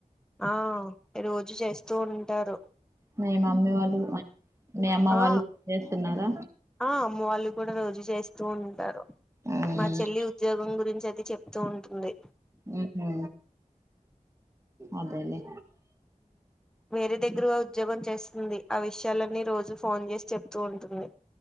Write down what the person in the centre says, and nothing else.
ఆ రోజు చేస్తూ ఉంటారు
ఆ
ఆ అమ్మ వాళ్ళు కూడా రోజు చేస్తూ ఉంటారు
మా చెల్లి ఉద్యోగం గురించి అది చెప్తూ ఉంటుంది
వేరే దగ్గరగా ఉద్యోగం చేస్తుంది ఆ విషయాలన్నీ రోజు ఫోన్ చేసి చెప్ తుంటుంది